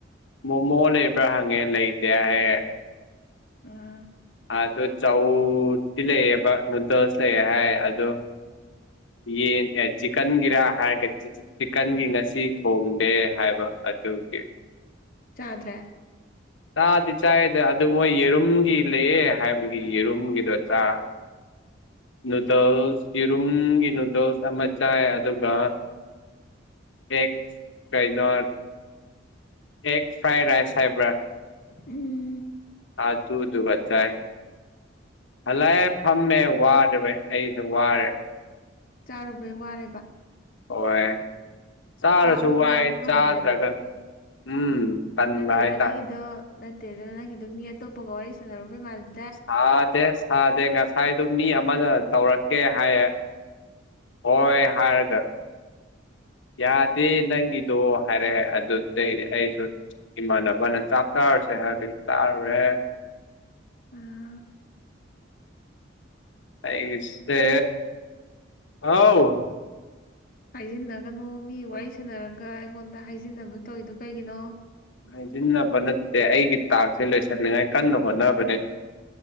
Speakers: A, on the left (about 75°); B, on the left (about 45°).
A: ꯃꯣꯃꯣ ꯂꯩꯕ꯭ꯔꯥ ꯍꯪꯉꯦ ꯂꯩꯇꯦ ꯍꯥꯏ
B: ꯑꯥ
A: ꯑꯗꯣ ꯆꯧꯗꯤ ꯂꯩꯌꯦꯕ ꯅꯨꯗꯜꯁ ꯂꯩꯌꯦ ꯍꯥꯏ ꯑꯗꯣ ꯌꯦ ꯆꯤꯛꯀꯥꯟ ꯒꯤꯔꯥ ꯍꯥꯏꯒ ꯆꯤꯛꯀꯟꯒꯤ ꯉꯁꯤ ꯊꯣꯡꯗꯦ ꯍꯥꯏꯕ ꯑꯗꯨꯒꯤ
B: ꯆꯥꯗ꯭ꯔꯦ
A: ꯆꯥꯗꯤ ꯆꯥꯏꯗ ꯑꯗꯨ ꯃꯣꯏ ꯌꯦꯔꯨꯝꯒꯤ ꯂꯩꯌꯦ ꯍꯥꯏꯕꯒꯤ ꯌꯦꯔꯨꯝꯒꯤꯗꯣ ꯆꯥ ꯅꯨꯗꯜꯁ ꯌꯦꯔꯨꯝꯒꯤ ꯅꯨꯗꯜꯁ ꯑꯃ ꯆꯥꯏ ꯑꯗꯨꯒꯥ ꯑꯦꯛ ꯀꯩꯅꯣ ꯑꯦꯒ ꯐ꯭ꯔꯥꯏ ꯔꯥꯏꯁ ꯍꯥꯏꯕ꯭ꯔꯥ
B: ꯎꯝ
A: ꯑꯥ ꯑꯗꯨꯗꯨꯒ ꯆꯥꯏ ꯍꯜꯂꯑꯦ ꯐꯝꯃꯦ ꯋꯥꯗꯕꯩ ꯑꯩꯁꯨ ꯋꯥꯌꯦ
B: ꯆꯥꯔꯨꯕꯩ ꯋꯥꯔꯦꯕ
A: ꯋꯦ ꯆꯥꯔꯁꯨ
B: ꯋꯥꯕꯧ
A: ꯋꯥꯏ
B: ꯉꯥꯡꯕ ꯉꯝꯗ꯭ꯔꯦꯕ
A: ꯆꯥꯗ꯭ꯔꯒ ꯎꯝ ꯇꯟꯕ
B: ꯅꯠꯇꯦꯗ
A: ꯍꯥꯏꯇꯥꯔꯦ
B: ꯅꯪꯒꯤꯗꯣ ꯅꯠꯇꯦꯗ ꯅꯪꯒꯤꯗꯣ ꯃꯤ ꯑꯇꯣꯞꯄꯒ ꯋꯥꯔꯤ ꯁꯥꯟꯅꯔꯨꯕꯩ ꯃꯥꯜꯂꯤ
A: ꯁꯥꯗꯦ ꯁꯥꯗꯦ ꯉꯥ ꯍꯥꯏꯗꯣ ꯃꯤ ꯑꯃꯅ ꯇꯧꯔꯛꯀꯦ ꯍꯥꯏꯌꯦ ꯍꯣꯏ ꯍꯥꯏꯔꯒ ꯌꯥꯗꯦ ꯅꯪꯒꯤꯗꯣ ꯍꯥꯏꯔꯛꯑꯦ ꯑꯗꯨꯗꯩꯗꯤ ꯑꯩꯁꯨ ꯏꯃꯥꯟꯅꯕꯅ ꯆꯥꯛ ꯇꯥꯔꯁꯦ ꯍꯥꯏꯕꯗꯤ ꯇꯥꯔꯨꯔꯦ
B: ꯑꯥ
A: ꯑꯩꯁꯦ ꯍꯥꯎ
B: ꯍꯥꯏꯖꯤꯟꯅꯒꯅꯣ ꯃꯤ ꯋꯥꯔꯤ ꯁꯥꯟꯅꯔꯒ ꯑꯩꯉꯣꯟꯗ ꯍꯥꯏꯖꯤꯟꯅꯕ ꯇꯧꯋꯤꯗꯣ ꯀꯩꯒꯤꯅꯣ
A: ꯍꯥꯏꯖꯤꯟꯅꯕ ꯅꯠꯇꯦ ꯑꯩꯒꯤ ꯇꯥꯛꯁꯦ ꯂꯣꯏꯁꯟꯅꯤꯡꯉꯥꯏ ꯀꯟꯅ ꯍꯣꯠꯅꯕꯅꯦ